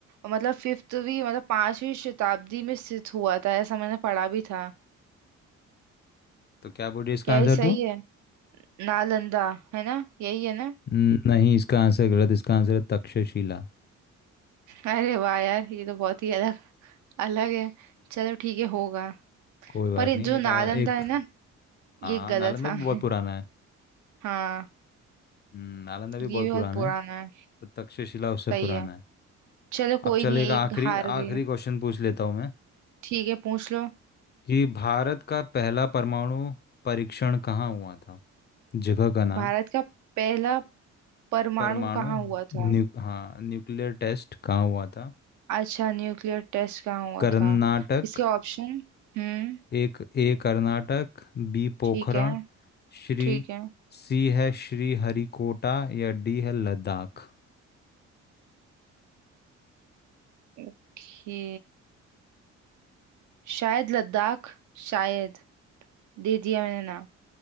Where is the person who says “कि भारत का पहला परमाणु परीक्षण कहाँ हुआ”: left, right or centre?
Left